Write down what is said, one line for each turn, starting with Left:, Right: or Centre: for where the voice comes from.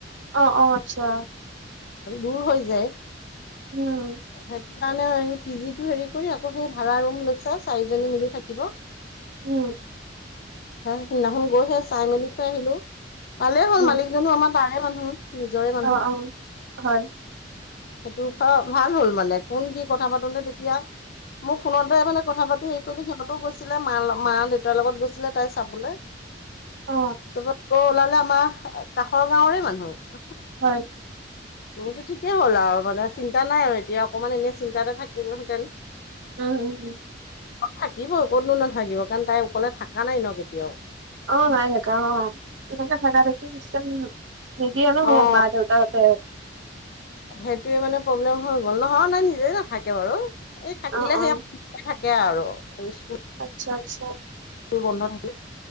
Right: অ'হ, অ'হ আচ্ছা।
Left: দৰ হৈ যায়।
Right: উ'ম।
Left: সেইটো কাৰণে সেই পি জি টো হেৰি কৰি আকৌ সেই ভাড়া ৰুম লৈছে চাৰিজনী মিলি থাকিব।
Right: উ'ম।
Left: হ সেইদিনাখন গৈহে চাই মেলি থৈ আহিলো, ভালেই হ'ল
Right: উম
Left: মালিকজনো আমাৰ তাৰে মানুহ। নিজৰে মানুহ,
Right: অ অ হয়
Left: সেইটো ভাল হ'ল মানে কোন কি কথা পাতোতে তেতিয়া- মোক ফোনতে এফালে কথা পাতি হেৰি কৰিলেছে সিহঁতো গৈ- ছিলে মা মা দেউতাৰ লগত গৈছিলে তাই চাবলৈ।
Right: অ
Left: তা- আকৌ ওলালে আমাৰ কাষৰ গাঁৱৰে মানুহ।
Right: হয়।
Left: <unintelligible> তোৰ যে ঠিকেই হ'ল আও মানে চিন্তা নাই আৰু এতিয়া অকমান এনে চিন্তা এটা থাকিলহেঁতেন।
Right: উম উম উম
Left: থাকিব কতনো নাথাকিব কাৰণ তাই অকলে থাকা নাই ন কেতিয়াও।
Right: অঁ- নাই থাকা অঁ তেনেকে থাকা থাকি চিষ্টেম- নিদিয়ে নহয়
Left: অ
Right: মা দেউতাহঁতে।
Left: সেইটোৱে মানে প্ৰব্লেম হৈ গ'ল, নহয় নাই নিজেই নাথাকে বাৰু এই থাকিলে
Right: অ অ
Left: সে- থাকে আৰু এই স্কুল।
Right: আচ্ছা আচ্ছা।
Left: স্কুল বন্ধ থাকিল,